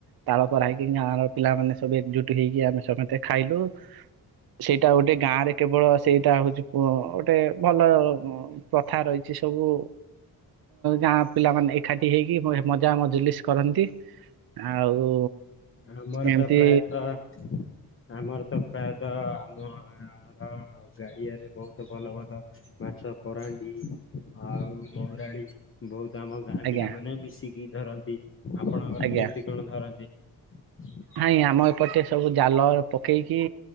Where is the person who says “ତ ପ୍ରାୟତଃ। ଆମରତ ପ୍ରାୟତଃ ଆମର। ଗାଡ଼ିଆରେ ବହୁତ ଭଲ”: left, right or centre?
Left